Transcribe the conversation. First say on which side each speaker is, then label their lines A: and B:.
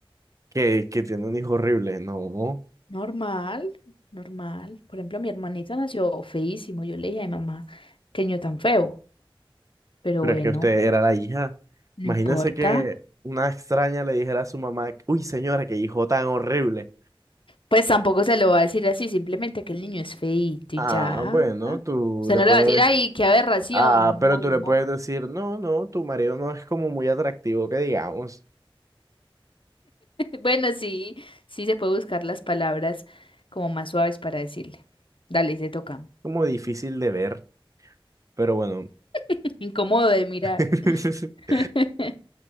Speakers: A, on the right; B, on the left.
A: que, que tiene un hijo horrible. No,
B: Normal, normal. Por ejemplo, mi hermanito nació feísimo. Yo le dije a mamá, qué niño tan feo. Pero
A: Pero
B: bueno,
A: es que usted era la hija.
B: no
A: Imagínese
B: importa.
A: que una extraña le dijera a su mamá, uy, señora, qué hijo tan horrible.
B: Pues tampoco se lo va a decir así, simplemente que el niño es feíto
A: Ah,
B: y ya.
A: bueno, tú
B: Usted
A: le
B: no
A: puedes.
B: le va a decir, ay, qué aberración.
A: Ah, pero
B: No.
A: tú le
B: no.
A: puedes decir, no, no, tu marido no es como muy atractivo, que digamos,
B: Bueno, sí, sí se puede buscar las palabras como más suaves para decirle. Dale, se toca.
A: como difícil de ver. Pero bueno,
B: <laughs> Incómodo de mirar.
A: <laughs>
B: <laughs>